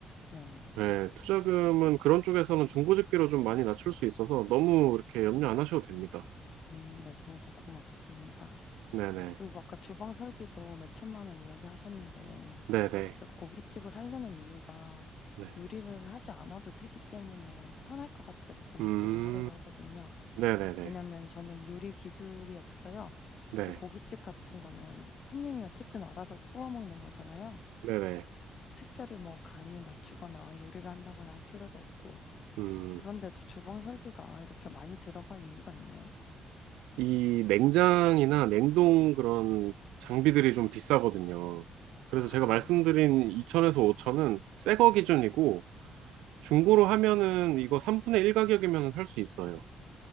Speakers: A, on the left (about 55°); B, on the right (about 80°).
A: 네.
B: 예, 투자금은 그런 쪽에서는 중고 집기로 좀 많이 낮출 수 있어서 너무 이렇게 염려 안 하셔도 됩니다.
A: 음, 네, 정보 고맙습니다.
B: 네네.
A: 그리고 아까 주방 설비도 몇 천만 원 이야기 하셨는데,
B: 네네.
A: 제가 고깃집을 하려는 이유가
B: 네.
A: 요리를 하지 않아도 되기 때문에 편할 것 같아서 고깃집을
B: 음,
A: 하려고 하거든요.
B: 네네네.
A: 왜냐면 저는 요리 기술이 없어요.
B: 네.
A: 또 고깃집 같은 거는 손님이 어쨌든 알아서 구워 먹는 거잖아요.
B: 네네.
A: 특별히 뭐 간을 맞추거나 요리를 한다거나 할 필요도 없고,
B: 음,
A: 그런데도 주방 설비가 이렇게 많이 들어갈 이유가 있나요?
B: 이 냉장이나 냉동 그런 장비들이 좀 비싸거든요. 그래서
A: 아,
B: 제가 말씀드린 네천에서네천은 새거 기준이고, 중고로 하면은 이거 3분의 1 가격이면 살 수 있어요.